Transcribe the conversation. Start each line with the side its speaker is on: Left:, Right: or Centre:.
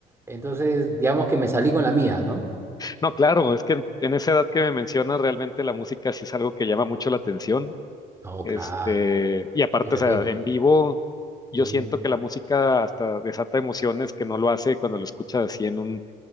Right: Entonces, digamos que me salí con la mía, ¿no?
Left: No, claro, es que en en esa edad que me mencionas, realmente la música sí es algo que llama mucho la atención.
Right: No,
Left: Este,
Right: claro,
Left: y aparte,
Right: diferente.
Left: o sea, en vivo, yo
Right: Sí,
Left: siento
Right: no.
Left: que la música hasta desata emociones que no lo hace cuando lo escuchas así en un,